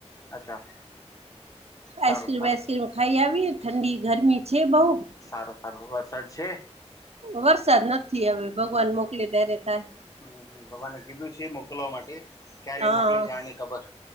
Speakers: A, on the left; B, on the right.
A: અચ્છા સારું
B: આઈસ્ક્રીમ
A: સારું
B: વાઈસક્રીમ ખાઈ આવીને ઠંડી ગરમી છે બઉ
A: સારું સારું વરસાડ છે
B: વરસાદ નથી હવે ભગવાન મોકલી ત્યારે થાય
A: હમ હમ ભગવાને કીધું છે મોં મોકલવા માટે ક્યારે
B: હા
A: મોકલે છે જાને ખબર